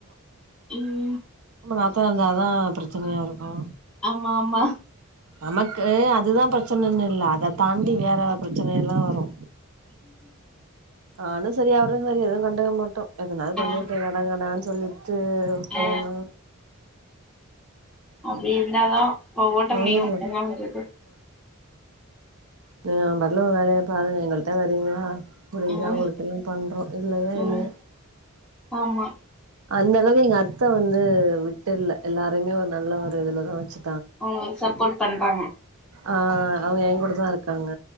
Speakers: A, in the centre; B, on the right (about 80°).
A: ம்
B: ஓ நாத்தனார் இருந்தாதா பிரச்சனையா இருக்கு
A: ஆமா ஆமா
B: நமக்கு அதுதா ப்ரச்சனன்னு இல்ல அத தாண்டி வேற ப்ரச்சனை எல்லா வரு நானு சரி அவரு சரி எதுவு கண்டுக்க மாட்டோ எதுனாது
A: ஆ
B: பண்ணிவுட்டு கடங்கடான்னு சொல்லி த்து உட்ருவோ
A: ஆ
B: நாங்க
A: அப்டி இருந்தாதா இப்ப ஓட்ட முடியு
B: ம்
A: என்ன பண்றது
B: நீ ஓம் பாட்ல ஓ வேலைய பாரு எங்கள்ட்ட வரீங்ளா முடுஞ்சா
A: ம்
B: அவுங்களுக்கெல்லா பண்றோ இல்லனா
A: ம்
B: இல்ல
A: ஆமா
B: அந்த அளவு எங்க அத்த வந்து விட்டுல்ல எல்லாரைமே ஒர் நல்ல ஒரு இதுலதா வச்சு
A: அவுங்களுக் சப்போர்ட் பண்றாங்க
B: ஆ அவுங்க எ கூட தா இருக்காங்க